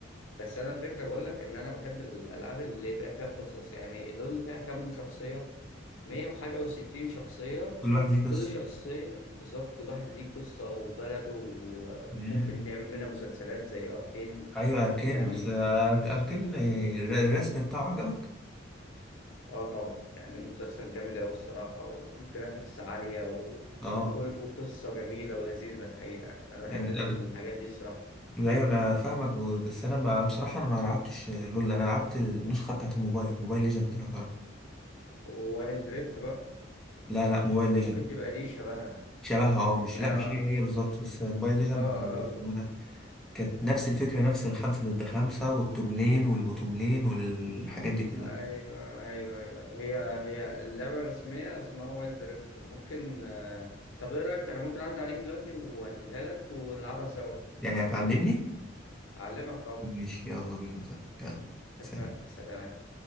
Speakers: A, on the left; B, in the centre.
A: بس انا الفكره بقول لك ان انا بحب الالعاب اللي بيبقى فيها قصص يعني لول اللي فيها كام شخصيه 100 وحاجه و60 شخصيه
B: كل واحد ليه قصه
A: كل شخصيه بالظبط كل واحد ليه قصه وبلده و- وممكن
B: امم
A: نعمل منها مسلسلات زي اركين
B: ايوه اركان
A: يعني
B: بس أرك- اركان الرسم بتاعه عجبك
A: اه طبعا يعني مسلسل جامد أوي الصراحة وجرافيكس عالية و...
B: اه
A: وكل... وقصة جميلة ولذيذة الحقيقة أنا بحب
B: يعني
A: الحاجات
B: أنا-
A: دي الصراحة
B: ايوه انا فاهمك و- بس انا ما بصراحه انا ما لعبتش لول انا لعبت النسخه بتاعت الموبايل موبايل ليجند لو تعرفها
A: ووايلد دريفت بقى
B: لا لا موبايل ليجند
A: ممكن تبقى دي شبهها
B: شبهها اه مش
A: آه
B: لا مش هي هي بالظبط بس موبايل ليجند
A: آه
B: اسمه ده كانت نفس الفكره نفس الخمسه ضد خمسه والتوب لين والبوتوم لين والحاجات دي كلها
A: آه أيوه أيوه أيوه وهي هي اللعبة الرسمية اسمها وايلد دريفت ممكن آه... طب إيه رأيك أنا ممكن أعدي عليك دلوقتي وأنقلها لك ونلعبها سوا
B: يعني هتعلمني
A: أعلمك طبعا
B: ماشي يلا بينا طيب يلا
A: اتفق
B: سلام
A: سلام